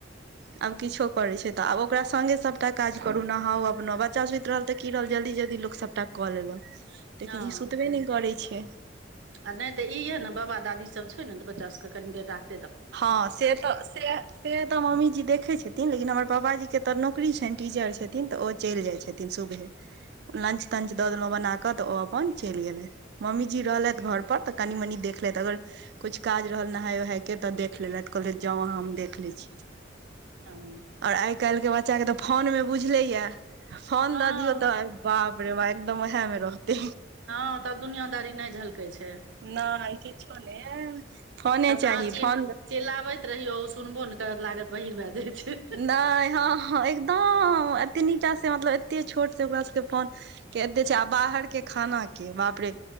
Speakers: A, on the right; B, on the right.
A: <unintelligible> आब किछो करै छै तऽ आब ओकरा संगे सभटा काज करु नहाउ अपनो बच्चा सुति रहल तऽ की रहल जल्दी जल्दी लोकसभ सबटा कऽ लेबक लेकिन
B: हँ
A: ई सुतबे नहि करै छै
B: आ नहि तऽ ई यह ने बाबा दादी सब छै ने तऽ बच्चा सबके कनि देर राखत
A: हँ से तऽ सेएह से तऽ मम्मीजी देखै छथिन लेकिन हमर पापाजी के तऽ नौकरी छनि टीचर छथिन तऽ ओ चलि जाइ छथिन सुबहे लंच तंच द देलों बनाके तऽ ओ अपन चलि गेले मम्मी जी रहले घर पर तऽ कनी-मनी देख लेत। अगर किछु काज रहल, नहाय-उहाय। केतऽ देख लेलथि कहले जाउ आहाँ हम देख ले छी
B: ह
A: और आइ काल् के बच्चा के तऽ फोन में बुझले ये फोन
B: हँ
A: द दियो तऽ बाप रे बाप एकदम उहैमे रहते
B: हँ तब दुनियादारी नहि झलकै छै
A: नहि किछो नहि फोने
B: तब तऽ
A: चाही
B: अहाँ चि
A: फोन
B: चिल्लाबैत रहियौ ओ सुनबो नै करत लागत बहीर भए जाय छै
A: नहि हँ हँ एकदम एतनी टा से मतलब एते छोट सँ ओकरा सभके फोन केते छै, आ बाहरक खाना केबाप रे!